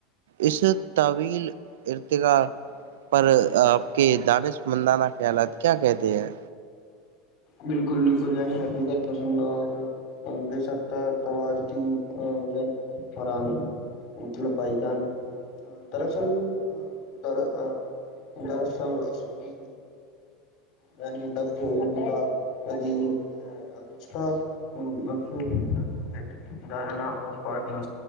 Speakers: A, on the right; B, on the left.
A: اس طویل ارتقا پر آپ کے دانشمندانہ خیالات کیا کہتے ہیں
B: بالکل بالکل یعنی حقیقت پسند اور بے سکتا تو آج کی یعنی اپنی پرانی مطلب بھائی جان ا دراصل ا در ا دراصل اے یعنے لبظ جو انکا کا کبھی اچھا بس نیٹ ڈالنا اور پڑھنا